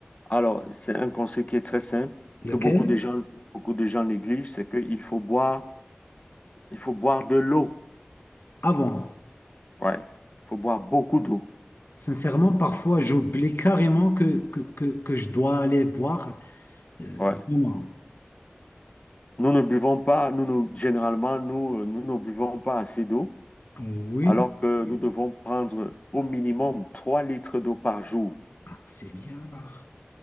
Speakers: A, on the left (about 35°); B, on the left (about 60°).
A: Alors, c'est un conseil qui est très simple,
B: lequel?
A: que beaucoup de gens, beaucoup de gens négligent, c'est qu'il faut boire, il faut boire de l'eau.
B: Ah bon,
A: Ouais. Il faut boire beaucoup d'eau.
B: sincèrement, parfois, j'oublie carrément que, que, que, que je dois aller boire. Euh,
A: Ouais.
B: bon,
A: Nous ne buvons pas, nous, nous- généralement, nous, euh, nous ne buvons pas assez d'eau,
B: oui,
A: alors que nous devons prendre au minimum 3 litres d'eau par jour.
B: Ah, c'est bien là.